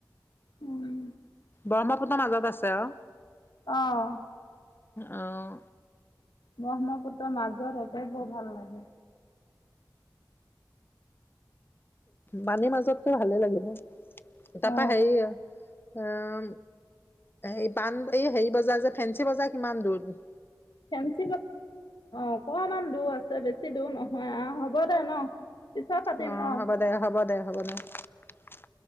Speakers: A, on the left; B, on the left.
A: উম
B: ব্ৰহ্মপুত্ৰৰ মাজত আছে আও।
A: অঁ
B: অঁ
A: ব্ৰহ্মপুত্ৰৰ মাজত একে বৰ ভাল লাগে।
B: মানে মাজত ভালে লাগিব। তাপা
A: অ'
B: হেৰি অম, এই পাণ এই হেৰি বজাৰ যে ফেঞ্চি বজাৰ কিমান দূৰ নো।
A: ফেঞ্চি বজাৰ, অ' অকণমান দূৰ আছে বেছি দূৰ নহ হয়, অঁ হ'ব দে ন। পিছত পাতিম
B: অ'
A: ৰ
B: হ'ব দে- হ'ব দে। <unintelligible>